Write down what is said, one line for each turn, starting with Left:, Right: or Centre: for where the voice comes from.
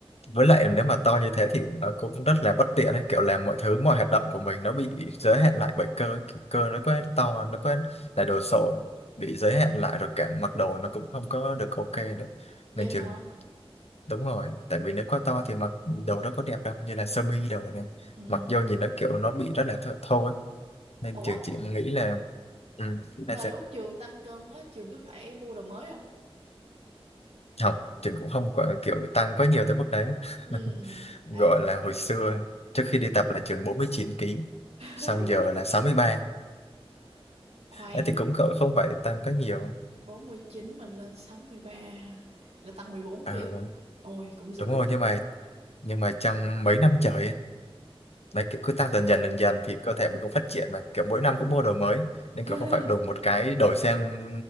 Left: với lại nếu mà to như thế thì nó cũng rất là bất tiện ấy kiểu làm mọi thứ mọi hoạt động của mình nó bị giới hạn lại bởi cơ ấy. Kiểu cơ nó quá to nó quá là đồ sộ bị giới hạn lại rồi cả mặc đồ nó cũng không có được ok nữa
Right: vậy
Left: nên
Right: hả
Left: chừng đúng rồi tại vì nếu quá to thì mặc đồ đó có đẹp đâu như là sơ mi đồ này
Right: ừ.
Left: mặc vô nhìn nó kiểu nó bị rất là tho- thô ấy nên
Right: ủa
Left: trường chỉ nghĩ là ừ, nên
Right: mà
Left: sẽ
Right: lúc trường tăng cân á trường có phải mua đồ mới không
Left: không trường cũng không có kiểu tăng quá nhiều tới mức đấy
Right: ừ
Left: <laughs>
Right: à
Left: gọi là hồi xưa trước khi đi tập là chừng 49 ký,
Right: <laughs>
Left: xong giờ là 63
Right: khoan
Left: ấy thì cũng cỡ không phải tăng quá nhiều
Right: 49 mình lên 63 là tăng 14
Left: ừ,
Right: ký. Ôi cũng dữ
Left: đúng rồi
Right: đấy.
Left: nhưng mà nhưng mà trong mấy năm trời ấy, đấy kiểu cứ tăng dần dần dần dần thì cơ thể mình cũng phát triển mà kiểu mỗi năm cũng mua đồ mới nên
Right: <laughs>
Left: kiểu không phải đùng một cái đổi sang